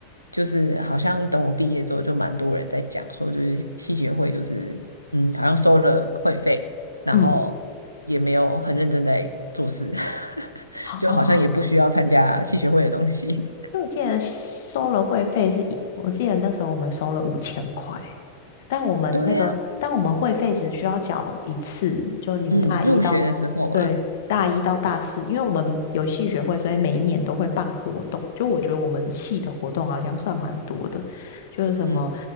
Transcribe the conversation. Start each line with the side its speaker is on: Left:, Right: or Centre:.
Right: 就是好像等我毕业之后，就蛮多人在讲说，就是系学会就是嗯，好像收了会费，然后也没有很认真在做事，
Left: 嗯，
Right: <laughs>
Left: 好哦，
Right: 就好像也不需要参加系学会的东西。
Left: 因为我记得收了会费是一，我记得那时候我们收了五千块，但我们那个，
Right: 对呀、
Left: 但我们会费只需要缴一次，就你大一到，
Right: 嗯，入学的时候嘛，
Left: 对，大一到大四，因为我们有系学会，所以每一年都会办活动。就我觉得我们系的活动好像算蛮多的，就是什么
Right: 嗯